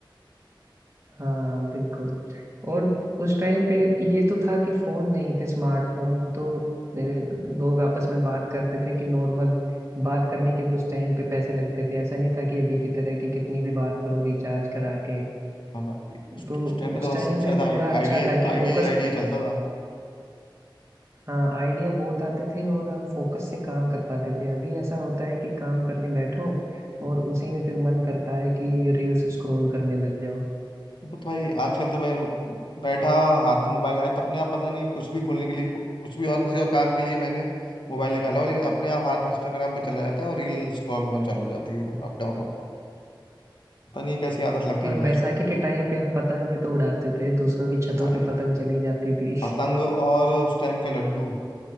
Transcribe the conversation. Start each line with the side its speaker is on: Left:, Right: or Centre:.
Right: हाँ बिल्कुल और उस टाइम पे ये तो था कि फोन नहीं थे स्मार्टफोन तो अ, लोग आपस में बात करते थे कि नॉर्मल बात करने के भी उस टाइम पे पैसे लगते थे ऐसा नहीं था कि अभी की तरह कि कितनी भी बात करो रिचार्ज करा के
Left: हाँ भाई
Right: तो
Left: उस टाइम पे
Right: उस
Left: तो
Right: टाइम
Left: बस सबसे
Right: पे
Left: ज्यादा
Right: पूरा
Left: आइडिया
Right: अच्छा
Left: आइडिया
Right: था कि
Left: आइडिया
Right: फोकस
Left: ही आइडिया चलता था
Right: हाँ आइडिया बहुत आते थे और हम फोकस से काम कर पाते थे अभी ऐसा होता है कि काम करने बैठो
Left: हम्म।
Right: और उसी में फिर मन करता है कि रील्स स्क्रॉल करने लग जाओ
Left: वो तो भाई आजकल तो मैं बैठा हाथ में मोबाइल आया तो अपने आप पता नहीं कुछ भी खोलने के लिए कुछ भी और किसी और काम के लिए मैंने मोबाइल निकाला हो लेकिन अपने आप हाथ इंस्टाग्राम पर चला जाता है और रील स्क्रॉल होना चालू हो जाती है अप डाउन अप डाउन पता नहीं ये कैसी आदत लग गई
Right: और
Left: है आजकल
Right: बैसाखी के टाइम पे हम पतंग भी तो उड़ाते थे दूसरों की छतों
Left: भाई
Right: पे पतंग चली जाती थी <laughs>
Left: पतंग और उस टाइम के लड्डू